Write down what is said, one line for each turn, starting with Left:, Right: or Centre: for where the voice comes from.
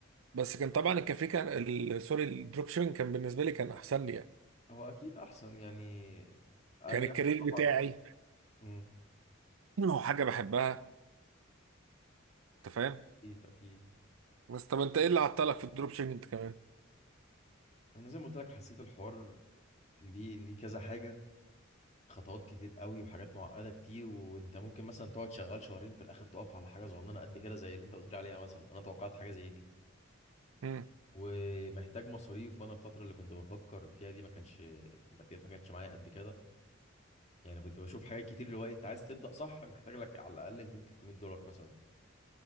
Right: بس كان طبعا الكافيه كان ال- سوري الدروب شيبينج كان بالنسبه لي كان احسن لي يعني
Left: هو اكيد احسن يعني اريح
Right: كان الكارير
Left: طبعا
Right: بتاعي
Left: مم،
Right: انه حاجه بحبها انت فاهم
Left: اكيد اكيد
Right: بس طب انت ايه اللي عطلك في الدروب شيبنج انت كمان
Left: انا زي ما قلت لك حسيت الحوار ليه ليه كذا حاجه خطوات كتير قوي وحاجات معقده كتير وانت ممكن مثلا تقعد شغال شهرين في الاخر تقف على حاجه صغننه قد كده زي اللي انت قلت لي عليها مثلا انا توقعت حاجه زي دي
Right: امم
Left: ومحتاج مصاريف وانا الفتره اللي كنت بفكر فيها دي ما كانش الماديات ما كانتش معايا قد كده يعني كنت بشوف حاجات كتير اللي هو إيه، انت عايز تبدا صح محتاج لك على الاقل 200 300 دولار مثلا